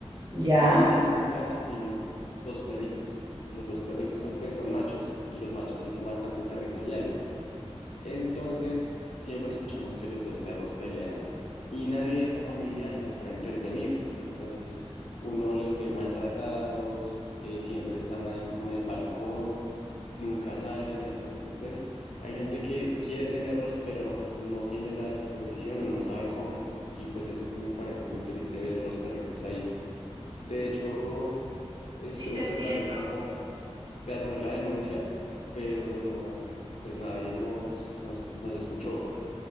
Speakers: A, on the right; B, on the left.
A: ¿Ya?
B: Y en esa casa tienen dos perritos. Los dos perritos son, pues, son machos y los machos sí son bastante territoriales. Entonces, siempre escuchamos que los dos perros pelean y nadie de esa familia entra a intervenir. Entonces, uno los ve maltratados, eh, siempre están ahí como en el balcón, nunca salen. Entonces, ¿ves? Hay gente que quiere tenerlos, pero no tiene la disposición o no sabe cómo. Y pues eso sí me parece muy triste ver los perritos ahí. De hecho, Estuve
A: Sí, te entiendo.
B: tratando como de hacer la denuncia, pero no, pues nadie nos, nos, nos escuchó.